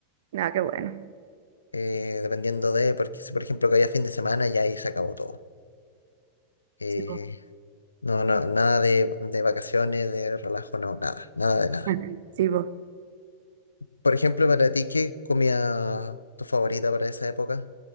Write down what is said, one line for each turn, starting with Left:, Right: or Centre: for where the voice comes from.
Right: Nada, qué bueno.
Left: eh, dependiendo de, porque si por ejemplo caía fin de semana, ya ahí se acabó todo. Eh,
Right: Sí, po.
Left: no, no, nada de, de vacaciones, de relajo, no, nada, nada de nada.
Right: <laughs> Sí, po.
Left: Por ejemplo, para ti, ¿qué comida tu favorita para esa época?